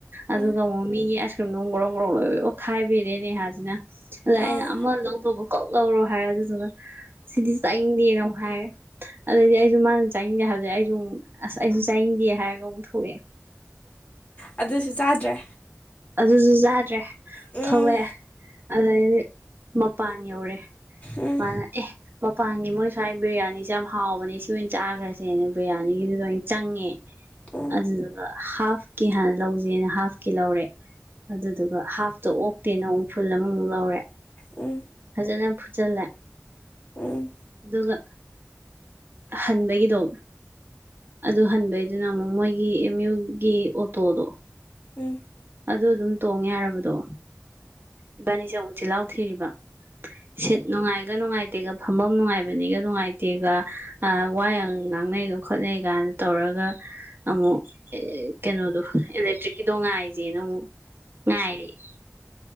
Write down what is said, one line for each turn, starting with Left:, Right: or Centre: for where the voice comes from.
Left: ꯎꯝ
Right: ꯑꯗꯨꯒ ꯑꯃꯨꯛ ꯃꯤꯒꯤ ꯑꯥꯏꯁ ꯀ꯭ꯔꯤꯝꯗꯨ ꯑꯃꯨꯛ ꯒ꯭ꯔꯣ ꯒ꯭ꯔꯣ ꯑꯣꯠꯈꯥꯏꯕꯤꯔꯦ ꯅꯦꯍꯥꯁꯤꯅ꯫ ꯑꯗ
Left: ꯑꯥ
Right: ꯑꯩꯅ ꯑꯃ ꯂꯧꯗꯣꯕ ꯂꯧꯔꯣ ꯍꯥꯏꯔꯦ ꯑꯗꯨꯗꯨꯅ ꯁꯤꯗꯤ ꯆꯥꯅꯤꯡꯗꯦꯅ ꯑꯃꯨꯛ ꯍꯥꯏꯔꯦ ꯑꯗꯩꯗꯤ ꯑꯩꯁꯨ ꯃꯥꯅ ꯆꯥꯅꯤꯡꯗꯦ ꯍꯥꯏꯕꯗ ꯑꯩꯁꯨ ꯑꯃꯨꯛ ꯑꯁ ꯑꯩꯁꯨ ꯆꯥꯏꯅꯤꯡꯗꯦ ꯍꯥꯏꯔꯒ ꯑꯃꯨꯛ ꯊꯣꯛꯑꯦ꯫
Left: ꯑꯗꯨꯁꯨ ꯆꯥꯗ꯭ꯔꯦ
Right: ꯑꯗꯨꯁꯨ꯫ ꯆꯥꯗ꯭ꯔꯦ
Left: ꯎꯝ
Right: ꯊꯣꯛꯂꯛꯑꯦ ꯑꯗꯩꯗꯤ ꯃꯄꯥꯟ ꯌꯧꯔꯛꯑꯦ
Left: ꯎꯝ
Right: ꯃꯥꯅ ꯑꯦ ꯃꯄꯥꯟꯒꯤ ꯃꯣꯏ ꯁꯨꯋꯥꯏ ꯕꯤꯔꯌꯥꯅꯤꯁꯦ ꯌꯥꯝ ꯍꯥꯎꯕꯅꯦ ꯁꯤ ꯑꯣꯏꯅ ꯆꯥꯈ꯭ꯔꯁꯦꯅ ꯕꯤꯔꯌꯥꯅꯤꯒꯤꯗꯨꯗ ꯑꯣꯏꯅ ꯆꯪꯉꯦ꯫
Left: ꯎꯝ
Right: ꯑꯗꯨꯗꯨꯒ ꯍꯥꯐꯀꯤ ꯍꯥꯟꯅ ꯂꯧꯁꯦꯅ ꯍꯥꯐꯀꯤ ꯂꯧꯔꯦ꯫ ꯑꯗꯨꯗꯨꯒ ꯍꯥꯐꯇꯣ ꯑꯣꯛꯇꯦꯅ ꯑꯃꯨꯛ ꯐꯨꯜ ꯑꯃꯃꯨꯛ ꯂꯧꯔꯦ꯫
Left: ꯎꯝ꯫
Right: ꯐꯖꯅ ꯐꯨꯠꯆꯜꯂꯦ꯫
Left: ꯎꯝ꯫
Right: ꯑꯗꯨꯒ ꯍꯟꯕꯒꯤꯗꯣ ꯑꯗꯨ ꯍꯟꯕ ꯑꯗꯨꯅ ꯑꯃꯨꯛ ꯃꯣꯏꯒꯤ ꯑꯦꯝ ꯃꯨꯏꯒꯤ ꯑꯣꯇꯣꯗꯣ꯫
Left: ꯎꯝ꯫
Right: ꯑꯗꯨ ꯑꯗꯨꯝ ꯇꯣꯡꯉꯦ ꯌꯥꯔꯕꯗꯣ ꯏꯕꯥꯅꯤꯁꯦ ꯑꯃꯨꯛ ꯆꯤꯜꯍꯥꯎ ꯊꯤꯔꯤꯕ ꯁꯤꯠ ꯅꯨꯡꯉꯥꯏ ꯒ ꯅꯨꯡꯉꯥꯏꯇꯦꯒ ꯐꯐꯝ ꯅꯨꯡꯉꯥꯏꯕꯅꯤꯒ ꯅꯨꯡꯉꯥꯏꯇꯦꯒ ꯋꯥ ꯌꯥ ꯉꯥꯡꯅꯩꯒ ꯈꯣꯠꯅꯩ ꯀꯅ ꯇꯧꯔꯒ ꯑꯃꯨꯛ ꯀꯩꯅꯣꯗꯣ ꯑꯦꯂꯦꯛꯇ꯭ꯔꯤꯛꯀꯤꯗꯣ ꯉꯥꯏꯁ ꯦꯅ ꯑꯃꯨꯛ ꯉꯥꯏꯔꯦ